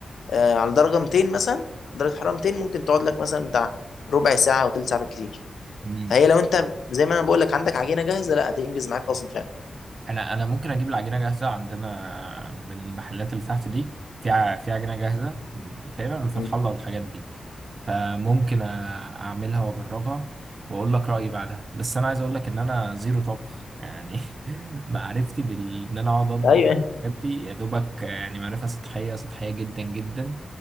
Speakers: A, on the left; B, on the right.
A: آه، على درجة 200 مثلا درجة حرارة 200 ممكن تقعد لك مثلا بتاع ربع ساعة او تلت ساعة بالكتير
B: مم.
A: فهي لو انت زي ما انا بقول لك عندك عجينة جاهزة لا هتنجز معاك اصلا فعلا
B: انا انا ممكن اجيب العجينه جاهزه عندنا من المحلات اللي تحت دي في ع- في عجينه جاهزه تقريبا من فتح
A: مم.
B: الله والحاجات دي فممكن أ- اعملها واجربها واقول لك رايي بعدها بس انا عايز اقول لك ان انا زيرو طبخ يعني <laughs> معرفتي بال ان انا اقعد اطبخ
A: ايوه
B: الحاجات دي يا دوبك يعني معرفه سطحيه سطحيه جدا جدا